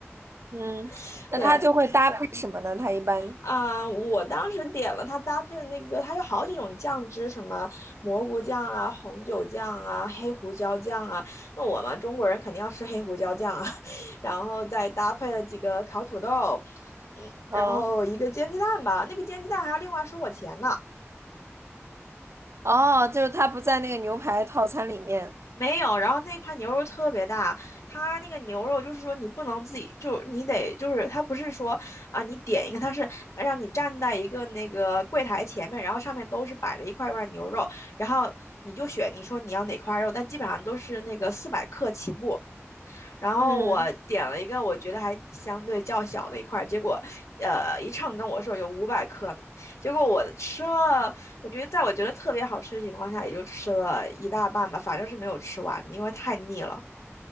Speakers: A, on the right; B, on the left.
A: 嗯，
B: <laughs>
A: 那他就会搭配什么呢？
B: 对，
A: 他一般，
B: 啊、我当时点了它搭配的那个，它有好几种酱汁，什么蘑菇酱啊、红酒酱啊、黑胡椒酱啊。那我嘛，中国人肯定要吃黑胡椒酱啊，<laughs> 然后再搭配了几个烤土豆，嗯，
A: 哦
B: 然后一个煎鸡蛋吧。那个煎鸡蛋还要另外收我钱呢。
A: 哦，就是他不在那个牛排套餐里面。
B: 没有，然后那块牛肉特别大，它那个牛肉就是说你不能自己，就是你得就是它不是说啊、你点一个，它是让你站在一个那个柜台前面，然后上面都是摆着一块一块牛肉，然后你就选你说你要哪块肉，但基本上都是那个四百克起步，然后我点了一个我觉得还相对较小的一块儿，
A: 嗯，
B: 结果呃一称跟我说有五百克呢，结果我吃了，我觉得在我觉得特别好吃的情况下，也就吃了一大半吧，反正是没有吃完的因为太腻了。